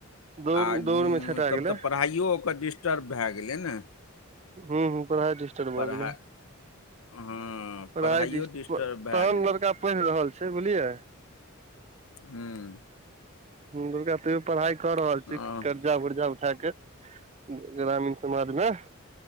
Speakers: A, on the right; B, on the left.
A: दौड़
B: आ
A: दौड़ मे छटा
B: तब
A: गेलै
B: तऽ पढ़ाइ ओ ओकर डिस्टर्ब भे गेलै ने
A: हुॅं हॅं पढ़ाइ डिस्टर्ब
B: पढ़ाइ
A: भऽ गेले
B: हँ
A: पढ़ाई
B: पढ़ाइयो
A: दिस
B: डिस्टर्ब
A: तहन
B: भए गेल
A: लड़का पैढ रहल छै बुझलियै
B: हुॅं
A: दुर्गा तैयो पढ़ाइ क रहल
B: हँ
A: छै कर जा वर्जा उठा के ग्रामीण समाज मे